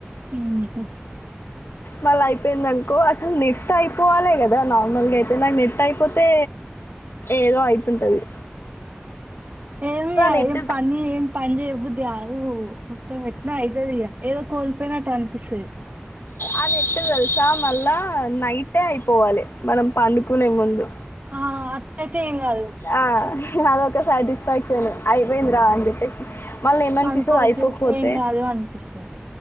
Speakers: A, on the right; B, on the left.
A: ఉ హు
B: మళ్ళీ అయిపోయిందనుకో అసలు నెట్ అయిపోవాలి కదా నార్మల్గా అయితే నాకు నెట్ అయిపోతే ఏదో అయితుంటది
A: ఏమి ఏ
B: నెట్
A: పని ఏ పని చెయ్య బుద్ధి కాదు మొత్తం ఎట్న అవుతుంది ఇగా ఏదో కోల్పోయిన అటు అనిపిస్తుంది
B: అ ఎట్ట తెలుసా మళ్ళా నైటే అయిపోవాలి మనం పండుకునే ముందు
A: ఆ అట్లా అయితే ఏం కాదు
B: ఆ, అదొ ఒక సాటిస్ఫాక్షన్ స అయిపోయిందిరా అని చెప్పేసి మళ్ళీ ఏమనిపిస్తుంది
A: పనుకోవచ్చు
B: అయిపోకపోతే
A: ఏం కాదు అనిపిస్తది